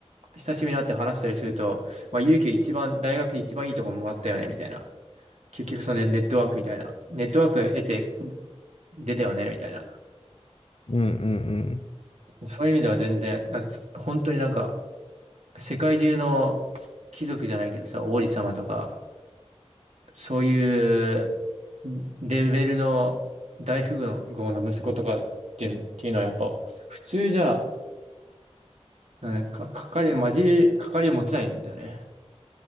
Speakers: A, on the right; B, on the left.
A: 久しぶりに会って話したりすると、まあ、勇気一番、大学で一番いいとこもあったよね、みたいな。結局そのねネットワークみたいな。ネットワーク得て出たよね、みたいな。
B: うんうんうん。
A: そういう意味では全然、なんかそ本当になんか、世界中の貴族じゃないけどさ、王子様とか、そういうレベルの大富豪の息子とかっていう、っていうのはやっぱ普通じゃ、なんか、かかり、まじり、かかり持てないんだよね。